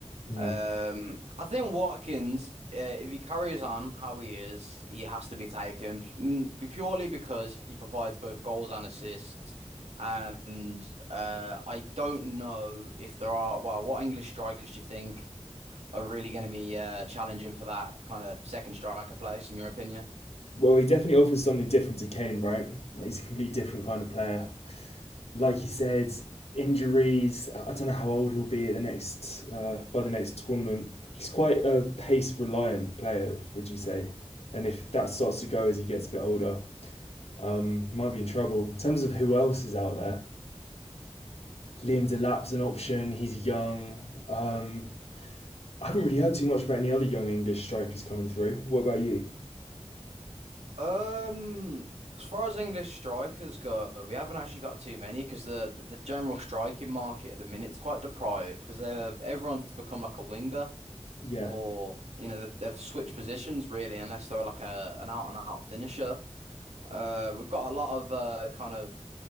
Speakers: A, on the left; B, on the right.
A: Mm.
B: Um, I think Watkins, uh, if he carries on how he is, he has to be taken p- n- purely because he provides both goals and assists. And uh, I don't know if there are, well, what English strikers do you think are really going to be uh, challenging for that kind of second striker place, in your opinion?
A: Well, he definitely offers something different to Kane, right? Like he's a complete different kind of player. Like you said, injuries. I don't know how old he'll be at the next uh, by the next tournament. He's quite a pace reliant player, would you say? And if that starts to go as he gets a bit older, um, might be in trouble. In terms of who else is out there, Liam Delap's an option. He's young. Um, I haven't really heard too much about any other young English strikers coming through. What about you?
B: Um, as far as English strikers go, we haven't actually got too many because the the general striking market at the minute's quite deprived because they're everyone's become like a winger
A: Yeah.
B: or you know they've, they've switched positions really unless they're like a an out and out finisher. Uh, we've got a lot of uh kind of